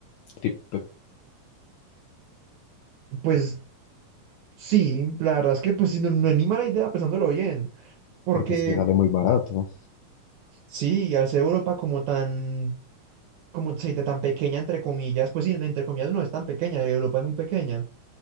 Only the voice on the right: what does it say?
pues Sí, la verdad es que pues sí, no, no anima la idea pensándolo bien, porque
sí, al ser Europa como tan, como se dice, tan pequeña entre comillas, pues sí, entre comillas no es tan pequeña, Europa es muy pequeña,